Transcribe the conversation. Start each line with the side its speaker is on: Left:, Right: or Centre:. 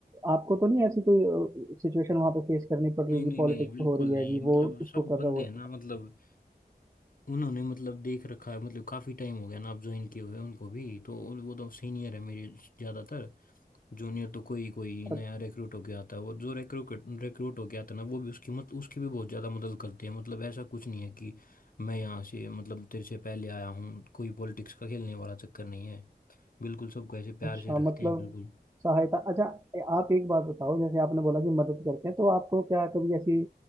Right: आपको तो नहीं ऐसी कोई सिचुएशन वहाँ पे फेस करनी पड़ रही
Left: नहीं
Right: कि
Left: नहीं
Right: पॉलिटिक्स
Left: नहीं बिल्कुल
Right: हो रही
Left: नहीं
Right: है जी
Left: मतलब
Right: वो उसको
Left: सब
Right: कर
Left: बंदे
Right: रहा है वो उसको
Left: हैं ना
Right: कर
Left: मतलब उन्होंने मतलब देख रखा है मतलब काफी टाइम हो गया ना अब ज्वाइन किए हुए उनको भी तो उन- वो तो सीनियर है मेरे ज्यादातर जूनियर तो कोई कोई नया
Right: रहा है?
Left: रिक्रूट होके आता है और जो रिक्रूट रिक्रूट होके आता है ना वो भी उसकी मत उसकी भी बहुत ज्यादा मदद करते हैं मतलब ऐसा कुछ नहीं है कि मैं यहाँ से मतलब तेरे से पहले आया हूँ कोई पॉलिटिक्स का खेलने वाला चक्कर नहीं है बिल्कुल सबको ऐसे प्यार
Right: अच्छा
Left: से रखते
Right: मतलब
Left: हैं बिल्कुल
Right: सहायता अच्छा ए- आप एक बात बताओ जैसे आपने बोला कि मदद करते हैं तो आपको क्या कभी ऐसी